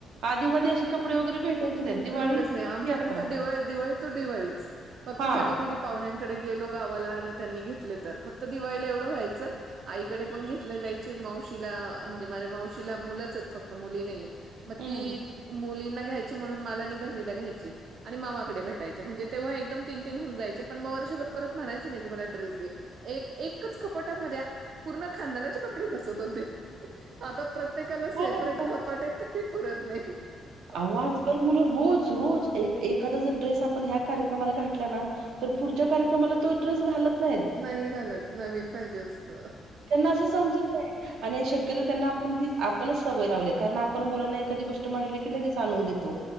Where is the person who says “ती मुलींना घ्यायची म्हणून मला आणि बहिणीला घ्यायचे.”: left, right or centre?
Right